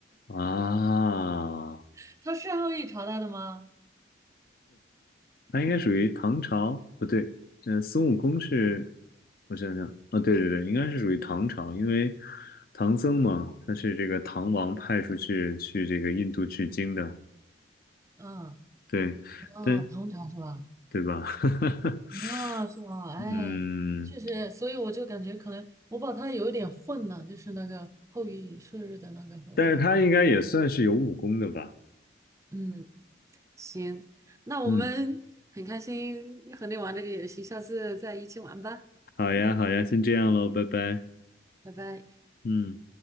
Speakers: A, on the left (about 50°); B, on the right (about 15°).
A: 啊，
B: <laughs> 他是后羿朝代的吗？
A: 他应该属于唐朝，不对，嗯，孙悟空是，我想想，啊，对对对，应该是属于唐朝，因为唐僧嘛，他是这个唐王派出去去这个印度取经的，
B: 啊
A: 对，
B: 啊，
A: 但
B: 唐朝是吧？
A: 对吧？<laughs>
B: 啊，是吧？哎，
A: 嗯，
B: 确实，所以我就感觉可能我把它有一点混了，就是那个后羿射日的那个和这个，
A: 但是他应该也算是有武功的吧？
B: 嗯。行，那我们很开心和你玩这个游戏，
A: 嗯，
B: 下次再一起玩吧，
A: 好呀，好呀，先这样喽，拜拜。
B: 拜拜。
A: 嗯。